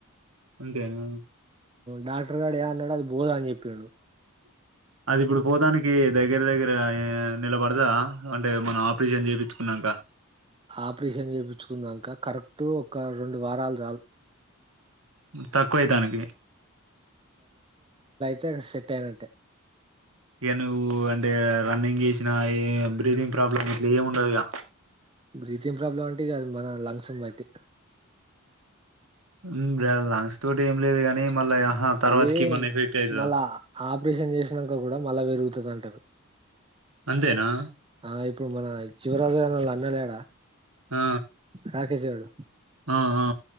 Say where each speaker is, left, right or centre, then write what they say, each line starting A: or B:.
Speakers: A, on the right; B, on the right.
A: అంతేనా
B: డాక్టర్ గాడు ఏమన్నా అడు అది బోదా అని చెపిండు.
A: అది ఇప్పుడు పోదానికి దగ్గర దగ్గర నిలబడదా. అంటే మనం ఆపరేసన్ చేపించుకొన్నాంకా.
B: ఆపరేషన్ చేయిపించుకున్నాంక కరెక్టూ ఒక రెండు వారాలు చాలు
A: తక్కువై దానికి
B: తే సెట్ అయినటే
A: ఇక నువ్వు అంటే రన్నింగ్ చేసినా ఏ బ్రీథింగ్ ప్రాబ్లమ్ ఇట్లా ఏమి ఉండదు ఇక.
B: బ్రీతింగ్ ప్రాబ్లం అంటే కాదు మన లంగ్స్ను బట్టి
A: మ్మ్ లాంగ్ స్టో ఏం లేదుగాని మళ్ళ హా తర్వాతకి
B: ఇది
A: ఏమన్నా ఎఫిక్ట్ అవుతదా.
B: మళ్ళా ఆపరేషన్ చేసినాక కూడా మళ్ళ పెరుగుతుంది అంటారు.
A: అంతేనా
B: ఆ ఇప్పుడు మన చివరాజుగా అన్న లేడా
A: ఆ
B: నాకేసాడు
A: ఆ ఆ